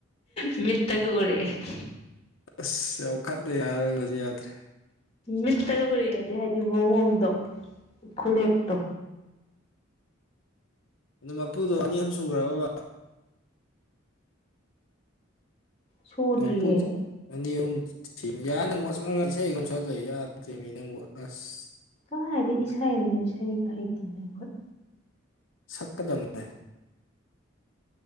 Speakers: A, on the left; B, on the left.
A: ꯃꯤꯠꯇꯒ ꯎꯔꯛꯑꯦ
B: ꯑꯁ ꯋꯥꯈꯠ ꯌꯥꯔꯣꯏꯕꯗꯤ ꯌꯥꯗ꯭ꯔꯦ
A: ꯃꯤꯠꯇꯒ ꯎꯔꯛꯑꯦꯗꯤ ꯍꯥꯏꯗꯤ ꯃꯑꯣꯡꯗꯣ ꯈꯨꯂꯦꯞꯇꯣ
B: ꯑꯗꯣ ꯃꯨꯗꯣ ꯑꯅꯤ ꯑꯍꯨꯝ ꯁꯨꯈ꯭ꯔꯕ ꯕꯥ
A: ꯁꯨꯗ꯭ꯔꯤꯌꯦ
B: ꯃꯄꯨꯁꯨ ꯑꯅꯤ ꯑꯍꯨꯝ ꯊꯤ ꯌꯥ ꯅꯪ ꯋꯥ ꯁꯨꯉꯥꯡ ꯏꯁꯩ ꯁꯨꯝ ꯁꯛ ꯌꯥꯗ꯭ꯔꯦ ꯃꯤ ꯅꯪꯕꯨ ꯑꯁ
A: ꯀꯥꯏꯗꯩ ꯏꯁꯩꯩꯅꯣ ꯏꯁꯩꯒ ꯍꯩꯇꯦꯅꯦ ꯈꯣꯢ
B: ꯁꯛꯀꯗꯝꯅꯦ